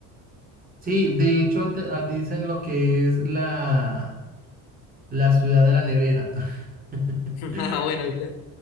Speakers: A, on the right; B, on the left.
A: sí, de hecho este- ah, dicen lo que es la, la ciudad de la nevera. <laughs>
B: <laughs> Ah, bueno, claro.